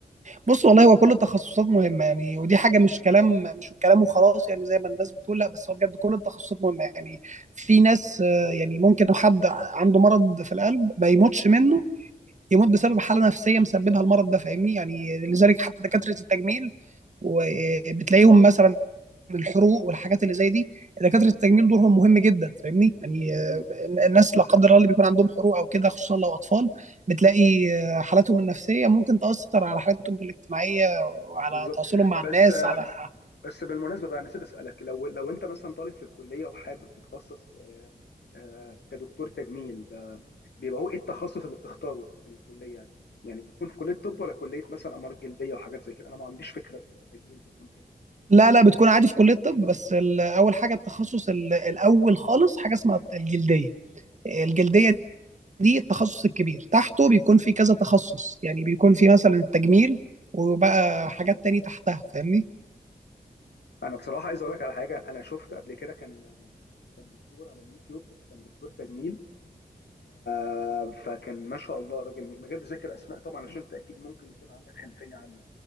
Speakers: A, on the right; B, on the left.
A: بص والله هو كل التخصصات مهمة يعني ودي حاجة مش كلام مش كلام وخلاص يعني زي ما الناس بتقول لا بس هو بجد كل التخصصات مهمة يعني في ناس آه، يعني ممكن لو حد عنده مرض في القلب ما يموتش منه يموت بسبب حالة نفسية مسببها المرض ده فاهمني يعني
B: امم
A: لذلك حتى دكاترة التجميل وبتلاقيهم مثلا الحروق والحاجات اللي زي دي دكاتره التجميل دورهم مهم جدا فاهمني يعني آه،
B: امم
A: الناس لا قدر الله اللي بيكون عندهم حروق او كده خصوصا لو اطفال بتلاقي آه، حالاتهم النفسيه ممكن تاثر على حالاتهم الاجتماعيه وعلى
B: بالظبط
A: تواصلهم مع
B: بس
A: الناس على
B: بس بالمناسبه بقى أنا نسيت اسالك لو لو انت مثلا طالب في الكليه وحابب تتخصص آه، آه، كدكتور تجميل ده بيبقى هو ايه التخصص اللي بتختاره في الكليه يعني بتكون في كليه طب ولا كليه مثلا امراض جلديه وحاجات زي كده انا ما عنديش فكره التجميل بيكون فين
A: لا لا بتكون عادي في كليه الطب بس ال- اول حاجه التخصص ال- الاول خالص حاجه اسمها الجلديه الجلديه دي التخصص الكبير تحته بيكون في كذا تخصص يعني بيكون
B: مم.
A: في مثلا التجميل وبقى حاجات تاني تحتها فاهمني
B: انا بصراحه عايز اقول لك على حاجه انا شفت قبل كده كان كان دكتور على اليوتيوب كان دكتور تجميل آه، فكان ما شاء الله راجل من غير ذكر اسماء طبعا عشان انت اكيد ممكن يكون عندك خلفيه عنه